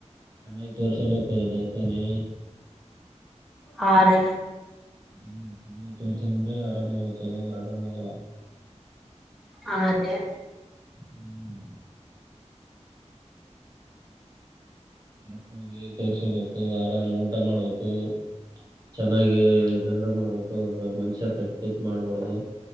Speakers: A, on the right; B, in the centre.
A: ಚೆನ್ನಾಗಿ ತೋರಿಸಬೇಕು ದವಖನಿ.
B: ಹಾ ರಿ
A: ಹ್ಮ್ ಚೆನ್ನಾಗಿ ತೋರ್ಸ್ಹ್ಯಾಂದ್ರೆ ಆರಾಮ ಆಗತ್ತ ಇಲ್ಲಂದ್ರ ಆರಾಮ ಆಗಲ್ಲ.
B: ಹಾ ರ್ಯ.
A: ಹ್ಮ್ ಕರೆಕ್ಟಾಗಿ ತೋರ್ರಿಸಬೇಕು ಆರಾಮ್ ಊಟ ಮಾಡ್ಬೇಕು. ಚೆನ್ನಾಗಿ ದಗದ ಮಾಡ್ಬೇಕು ಮನುಷ್ಯ ತಕ್ ತಕ್ ಮಾಡ್ಬಾರ್ದು.